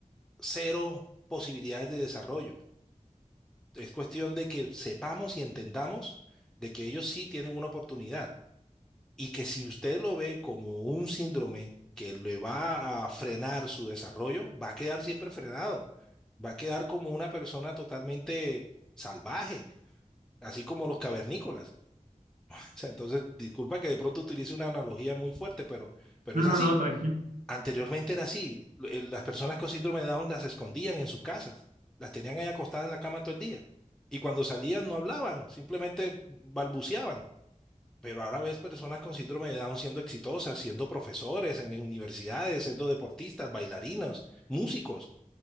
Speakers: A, in the centre; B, on the right.
A: cero posibilidades de desarrollo. Es cuestión de que sepamos y entendamos de que ellos sí tienen una oportunidad y que si usted lo ve como un síndrome que le va a frenar su desarrollo, va a quedar siempre frenado, va a quedar como una persona totalmente salvaje, así como los cavernícolas. <laughs> O sea, entonces, disculpa que de pronto utilice una analogía muy fuerte, pero, pero
B: No,
A: es
B: no,
A: así.
B: no, tranquilo.
A: Anteriormente era así. eh, Las personas con síndrome de Down las escondían en sus casas, las tenían ahí acostadas en la cama todo el día. Y cuando salían no hablaban, simplemente balbuceaban. Pero ahora ves personas con síndrome de Down siendo exitosas, siendo profesores en universidades, siendo deportistas, bailarinos, músicos.